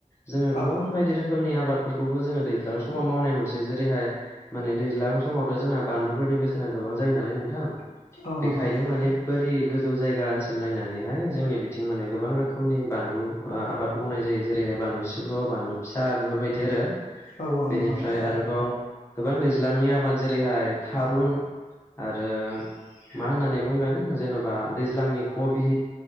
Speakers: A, on the left (about 20°); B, on the left (about 65°).
A: जोङो
B: औ
A: गोबां बायदि रोखोमनि आबादफोरखौबो जोङो दैज्लां समाव मावनाय नुसै जेरैहाय माने दैज्लां समावथ' जोंना बानलुफोरनि बेसेना गोबां जायो नालाय नोंथां
B: औ
A: बेखायनो
B: नंगौ नोंथां
A: माने बोरि गोजौ जायगा ओनसोल नायनानैहाय जोंनि बिथिं माने गोबां रोखोमनि बानलु आ आबाद मावनाय जायो जेरै बानलु सिब्र बानलु फिसा बेफोरबायदि आरो
B: औ औ
A: बेनिफ्राय
B: नंगौ नोंथां
A: आरोबाव गोबां दैज्लांनि आबाद जेरैहाय थारुन आरो मा होननानै बुंगोन जेन'बा दैज्लांनि कभि